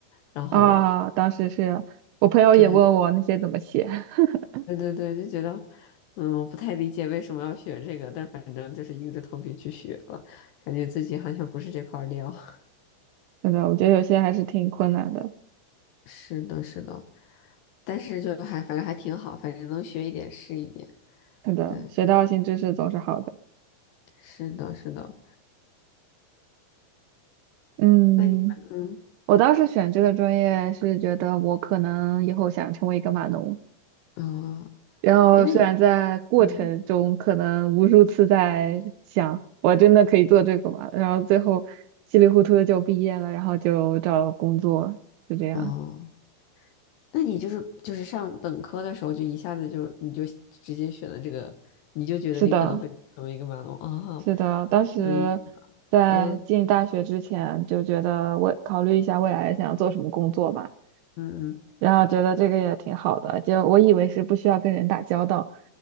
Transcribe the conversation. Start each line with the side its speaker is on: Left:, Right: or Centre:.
Left: 然后
Right: 啊！当时是我朋友也问我那些怎么写，
Left: 对
Right: <laughs>
Left: 对对对，就觉得嗯，我不太理解为什么要学这个，但反正就是硬着头皮去学了，感觉自己好像不是这块料。<laughs>
Right: 是的，我觉得有些还是挺困难的。
Left: 是的，是的，但是就还反正还挺好，反正能学一点是一点。
Right: 是的，
Left: 对，
Right: 学到新知识总是好的。
Left: 是的，是的。
Right: 嗯，
Left: 那你们
Right: 我当时选这个专业是觉得我可能以后想成为一个码农。
Left: 嗯。啊、
Right: 然后虽然在过程中可能无数次在想，
Left: 哎，那你嗯
Right: 我真的可以做这个吗？然后最后稀里糊涂的就毕业了，然后就找了工作，就这样。
Left: 哦，那你就是就是上本科的时候就一下子就你就直接选了这个，你就觉得你可能会成为一个马龙啊，
Right: 是的，是的，当时在进大学之前就觉得我考虑一下未来想要做什么工作吧。
Left: 那挺有意思的。嗯嗯
Right: 然后觉得这个也挺好的，就我以为是不需要跟人打交道，